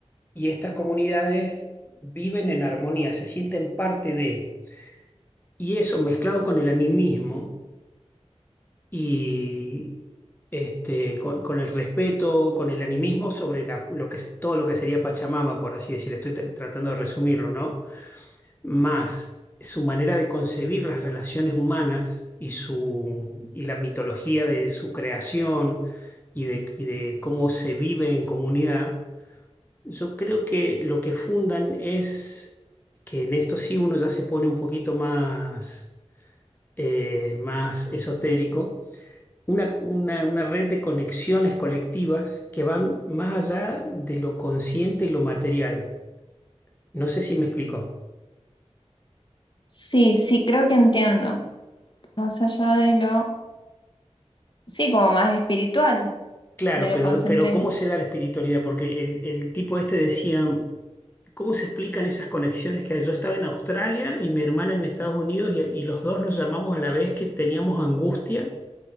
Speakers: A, on the left; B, on the left.
A: y estas comunidades viven en armonía, se sienten parte de, y eso mezclado con el animismo. y este, con, con el respeto, con el animismo sobre la- lo que, es- todo lo que sería Pachamama, por así decir, estoy tra- tratando de resumirlo, ¿no? Más su manera de concebir las relaciones humanas y, su, y la mitología de su creación y de, y de cómo se vive en comunidad, yo creo que lo que fundan es que en esto sí uno ya se pone un poquito más, eh, más esotérico una, una, una red de conexiones colectivas que van más allá de lo consciente y lo material. No sé si me explico.
B: Sí, sí, creo que entiendo. Más allá de lo, sí, como más espiritual,
A: Claro,
B: de lo
A: pero,
B: consciente.
A: pero ¿cómo se da la espiritualidad? Porque el, el tipo este decía, ¿cómo se explican esas conexiones que hay? Yo estaba en Australia y mi hermana en Estados Unidos y, y los dos nos llamamos a la vez que teníamos angustia,